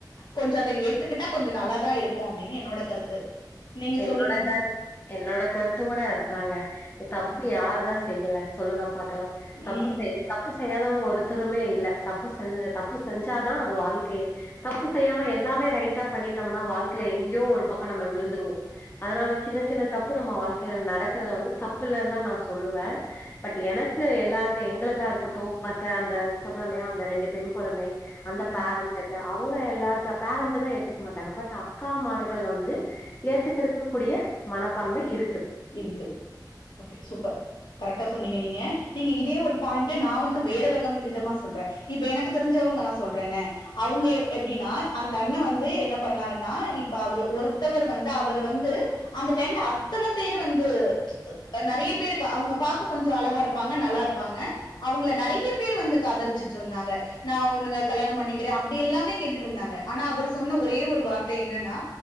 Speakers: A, on the left; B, on the left.
A: கொஞ்ச அத ஏத்துக்கிட்டா கொஞ்ச நல்லாதா இருக்கு அப்டின்னு என்னோட கருத்து நீங்க
B: என்னோட
A: சொல்லுங்க
B: கருத் என்னோட கருத்து கூட அதுதாங்க தப்பு
A: ம்
B: யாருதா செய்யல சொல்லுங்க பாக்கலா தப்பு
A: ம்
B: செய்ய தப்பு செய்யாதவங்க ஒருத்தருமே இல்ல தப்பு செஞ் தப்பு செஞ்சாதா அது வாழ்க்கையை தப்பு செய்யாம எல்லாமே ரைட்டா பண்ணிட்டோம்னா வாழ்க்கையில எங்கேயோ ஒரு பக்கோ நம்ம விழுந் துருவோ அதனால சின்ன சின்ன தப்பு நம்ம வாழ்க்கைல நடக்கறத வந்து தப்பில்லன்தா நா சொல்லுவே பட் எனக்கு எல்லாத்தயு எங்களுக்கா இருக்கட்டு மற்ற அந்த சொன்ன இல்லையா அந்த ரெண்டு பெண் கொழந்தை அந்த
A: ம்
B: பேரண்ட்டுக்கு அவ ங்க எல்லாத்த பேரண்ட்டதா ஏத்துக்க மாட்டாங்க பட் அக்காமார்கள் வந்து ஏத்துக்கிருக்கக் கூடிய மனப்பான்மை இரு
A: இருக்கு ஓகே சூப்பர் கரெக்டா சொன்னீங்க நீங்க நீங்க இதே ஒரு பாயிண்ட் ட நா வந்து வேற விதம் விதமா சொல்றே இப்ப எனக்கு தெரிஞ்சவங்க நா சொல்றனே அவுங்க எப்டின்னா அந்த அண்ண வந்து என்ன பண்ணாருன்னா இப்ப அவரு ஒருத்தவரு வந்து அவர் வந்து அந்த டைம்ல அ பேரு வந்து அ நெறைய பேரு க அவுங்க பாக்க கொஞ்ச அழகா இருப்பாங்க நல்லா இருப்பாங்க அவுங்கள நெறைய பேர் வந்து காதலிச்சுட்ருந்தாங்க நா உனங்க கல்யாணோ பண்ணிக்கிறே அப்டி எல்லாமே கேட்டுட்டு இருந்தாங்க ஆனா அவர் சொன்ன ஒரே ஒரு வார்த்தை என்னன்னா